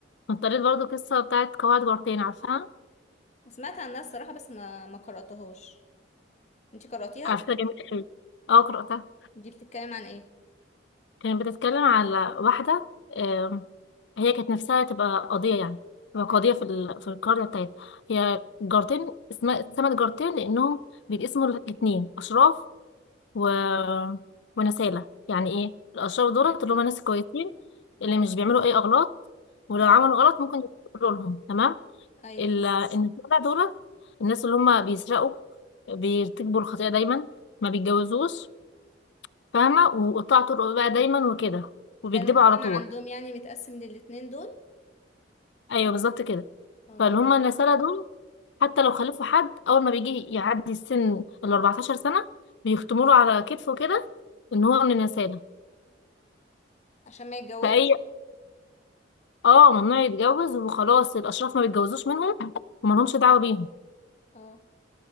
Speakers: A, on the left; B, on the left.
A: كنت قريت برضو قصه بتاعت قواعد جارتين عارفاها
B: سمعت عنها الصراحه بس ما ما قراتهاش انت قراتيها
A: عارفاها جميله قوي اه قراتها
B: دي بتتكلم عن ايه
A: كانت بتتكلم على واحده آم، هي كانت نفسها تبقى قاضيه يعني تبقى قاضيه في ال... في القريه بتاعتها هي جارتين اسمها اتسمت جارتين لانهم بيتقسموا الاثنين اشراف و... ونسالة يعني ايه الاشراف دولت
B: عن
A: اللي هم ناس كويسين اللي مش بيعملوا اي اغلاط ولو
B: ايه
A: عملوا غلط ممكن يقولوا لهم تمام
B: ايوه
A: ال- إن الجدع دولت الناس اللي هم بيسرقوا بيرتكبوا الخطيئة دايما ما بيتجوزوش فاهمة وقطاع طرق بقى دايما وكده
B: ده
A: وبيكذبوا
B: المجتمع
A: على طول
B: عندهم يعني متقسم للاتنين دول
A: أيوه بالظبط كده
B: اه
A: فاللي
B: ماشي.
A: هم النسالة دول حتى لو خلفوا حد أول ما بيجي يعدي السن ال 14 سنة بيختموا له على كتفه كده إن هو من النسالة
B: عشان ما يتجوزش
A: فأي اه ممنوع يتجوز وخلاص الأشراف ما بيتجوزوش منهم ومالهمش دعوة بيهم
B: اه